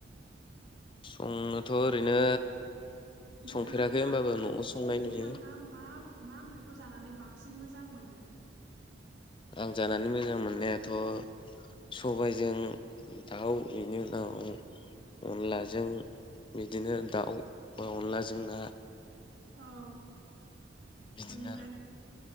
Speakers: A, on the left; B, on the right.
A: संनोथ' ओरैनो
B: नोंथाङा
A: संफेराखै
B: मा
A: होमबाबो न'आव संनाय
B: नोंथाङा
A: नुयो
B: मा मा ओंख्रिखौ जानानै बांसिन मोजां मोनो
A: आं जानानै मोजां मोननायाथ' सबायजों दाउ बेनि उनाव अनलाजों बिदिनो दाउ बा अनलाजों ना
B: औ
A: बिदिनो
B: ओमफ्राय
A: आरो